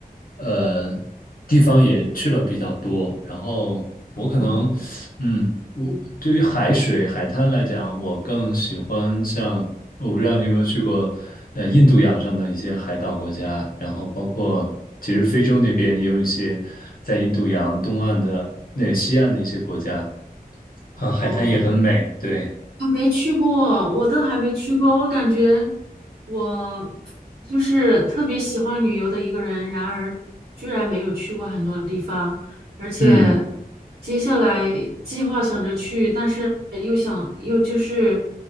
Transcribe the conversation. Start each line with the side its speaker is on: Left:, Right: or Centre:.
Left: 呃地方也去了比较多，然后我可能嗯。
Right: 哦，
Left: 我对于海水、海滩来讲，我更喜欢像，我不知道你有没有去过，呃，印度洋上的一些海岛国家，然后包括其实非洲那边也有一些在印度洋东岸的那个西岸的一些国家，啊，海滩也很美，
Right: 嗯，
Left: 对，
Right: 还没去过，我都还没去过。我感觉我就是特别喜欢旅游的一个人，然而居然没有去过很多地方，而且
Left: 嗯
Right: 接下来计划想着去，但是又想又就是